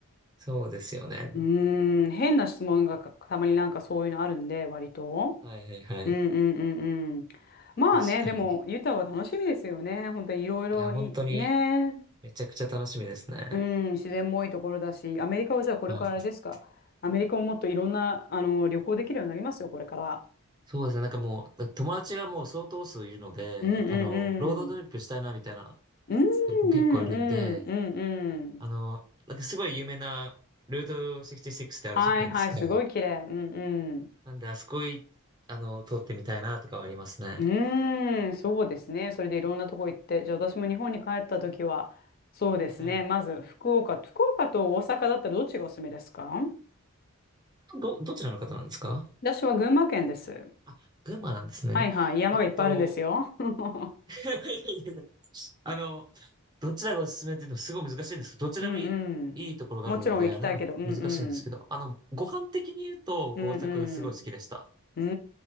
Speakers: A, on the right; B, on the left.
A: そうですよね。
B: うん、変な質問がかたまになんかそういうのあるんで、割と。
A: はいはいはい。
B: うんうんうんうん。まあね、
A: 確かにね。
B: でも、ユタは楽しみですよね。本当にいろいろい、
A: いや、本当に
B: ね、
A: めちゃくちゃ楽しみですね。
B: うん、自然も多いところだし、アメリカはじゃあこれからあれですか。
A: はい。
B: アメリカをもっといろんな、あの、旅行できるようになりますよ、これから。
A: そうですね。なんかもう、友達がもう相当数いるので、
B: うんうん
A: あの、ロードトリップしたいなみたいな、
B: うん。うん
A: も結構いるんで、
B: うんうんうんうん。
A: あの、なんかすごい有名なルート66ってあるじゃないですか。
B: はいはい、すごい綺麗。うんうん。
A: なんで、あそこい、あの、通ってみたいなとかはありますね。
B: うーん、そうですね。それでいろんなとこ行って。じゃあ私も日本に帰った時は、そうですね。
A: はい。
B: まず福岡、福岡と大阪だったらどっちがおすすめですか
A: ど、どちらの方なんですか
B: 私は群馬県です。
A: あ、群馬なんですね。
B: はいはい、山がいっぱいあるんですよ。
A: えっと、
B: <laughs>
A: <laughs> いやいやいやあの、どちらがおすすめっていうのはすごい難しいんですけど、どちらもいい、
B: うんうん。
A: いいところがあるので、
B: もちろん行きたいけど、
A: あれなん、
B: うんうん。
A: 難しいんですけど、あの、ご飯的に言うと、
B: うんうん。
A: こう大阪がすごい好きでした。
B: うん、う